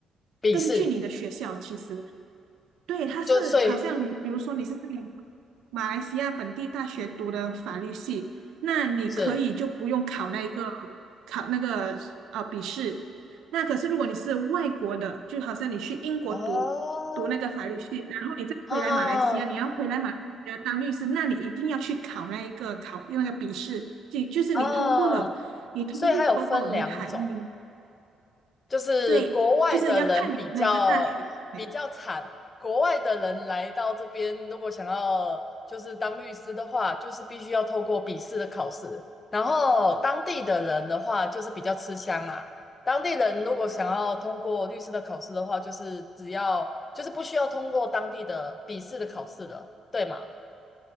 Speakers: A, on the left; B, on the right.
A: 笔试
B: 根据你的学校的其实，对，他是好像你比如说你是在
A: 就所以
B: 马来西亚本地大学读的法律系，那你可以就不用考那一个
A: 是
B: 考那个呃笔试。那可是如果你是外国的，就好像你去英国读读那个法律系，
A: 哦
B: 然后你再回来马来西亚，
A: 哦
B: 你要回来马来西亚当律师，那你一定要去考那一个考那个笔试，就就是你通过了，
A: 哦，
B: 你通过了过后，
A: 所以它有分两种。
B: 你还你
A: 就是国外的人比较比较惨，
B: 对，就是要看你那个大学。对
A: 国外的人来到这边，如果想要就是当律师的话，就是必须要透过笔试的考试。然后当地的人的话，就是比较吃香啊。当地人如果想要通过律师的考试的话，就是只要就是不需要通过当地的笔试的考试了，对吗？